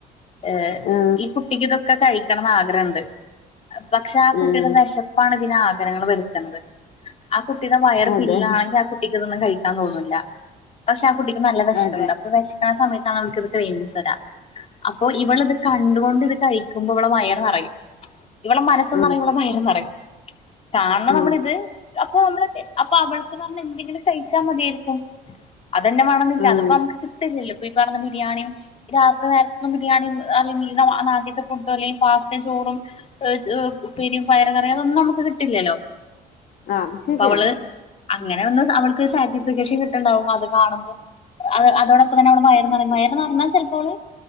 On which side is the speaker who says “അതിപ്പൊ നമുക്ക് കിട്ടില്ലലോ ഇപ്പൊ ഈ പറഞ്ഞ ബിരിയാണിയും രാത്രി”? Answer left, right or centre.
Left